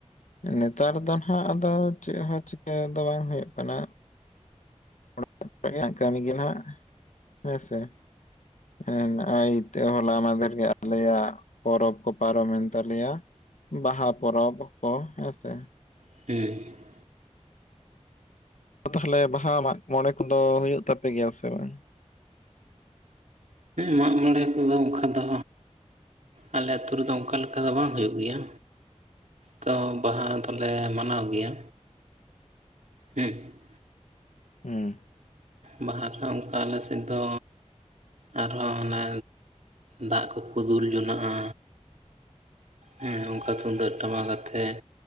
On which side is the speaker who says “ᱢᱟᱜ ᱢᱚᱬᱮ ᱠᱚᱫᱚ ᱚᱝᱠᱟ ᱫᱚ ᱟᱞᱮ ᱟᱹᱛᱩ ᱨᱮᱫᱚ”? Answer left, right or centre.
Right